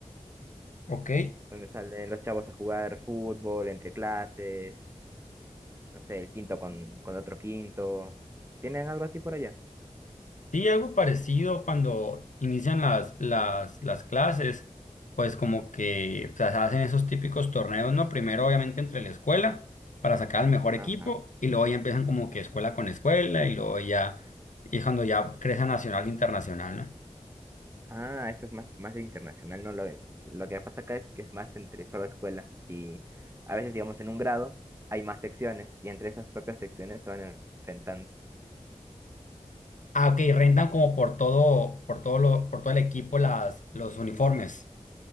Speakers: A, on the left (about 75°); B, on the right (about 20°).
A: Ok.
B: donde salen los chavos a jugar fútbol entre clases, no sé, el quinto con, con otro quinto. ¿Tienen algo así por allá?
A: Sí, algo parecido cuando inician las, las, las clases, pues como que o sea, se hacen esos típicos torneos, ¿no? Primero obviamente entre la escuela para sacar al mejor equipo
B: Ajá.
A: y luego ya empiezan como que escuela con escuela y luego ya, y cuando ya crece a nacional, e internacional, ¿no?
B: Ah, eso es más, más internacional, ¿no? Lo, lo que pasa acá es que es más entre solo escuela y a veces, digamos, en un grado hay más secciones y entre esas propias secciones se van en- enfrentando.
A: Ah, ok, rentan como por todo, por todo lo, por todo el equipo las, los uniformes.